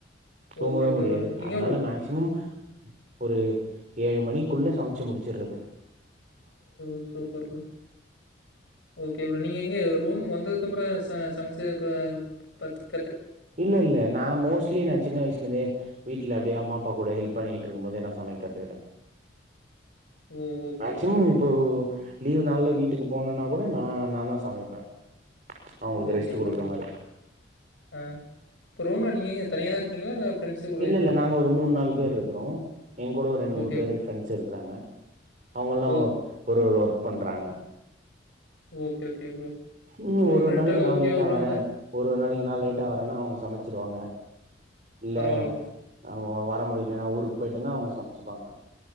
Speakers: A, on the right (about 40°); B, on the left (about 80°).
A: தூங்கவே
B: ஓகே, ஓகே
A: முடியாது
B: ப்ரோ. எங்க
A: அதனால
B: ப்ரோ?
A: மேக்ஸிமம் ஒரு ஏழு மணிக்குள்ள சமச்சு முடிச்சிட்றது
B: ஓ சூப்பர் ப்ரோ, ஓகே ப்ரோ நீங்க எங்க ரூம் வந்ததுக்கு அப்றோ இப்ப சமச்சு இப்ப கத்
A: இல்ல இல்ல நா மோஸ்ட்லி நா சின்ன வயசுலேந்தே வீட்ல அப்டியே அம்மா அப்பா கூட ஹெல்ப் பண்ணிகிட்ருக்கும்போதே நா சமைக்க கத்துகிட்ட
B: ஓ! Okay,
A: மேக்ஸிமம்
B: okay bro.
A: இப்போ லீவு நாள்ல வீட்டுக்கு போனன்னா கூட நா நாந்தா சமைப்ப அவங்களுக்கு
B: ஓகே
A: ரெஸ்ட் குடுக்குற
B: ப்ரோ.
A: மாரி
B: ஆ. இப்ப ரூம் நீங்க இங்க தனியாதா இருக்கீங்ளா இல்ல ஃப்ரெண்ட்ஸு கூட
A: இல்லல்ல நாங்க ஒரு மூணு நாலு பேர் இருக்குறோ எங்கூட ஒரு ரெண்டு
B: ஓகே
A: மூணு பேர்
B: ப்ரோ.
A: ஃப்ரெண்ட்ஸ் இருக்றாங்க அவங்கல்லா
B: ஓ!
A: ஒரு ஒரு பண்றாங்க
B: ஓகே ஓகே ப்ரோ.
A: உம்
B: ரூம்
A: ஒரு
B: ரெண்ட்
A: நாளைக்கு
B: எல்லாம்
A: நான்
B: ஓகேவா
A: லேட்டா
B: ப்ரோ
A: வரேன்
B: அங்க?
A: ஒரு நாளைக்கு நான் லேட்டா வரேன்னா அவுங்க சமச்சிருவாங்க <inaudible> இல்ல
B: பரவால்ல ப்ரோ.
A: ஆ வ வர முடிலன்னா ஊருக்கு போய்ட்டேன்னா அவுங்க சமச்சுப்பாங்க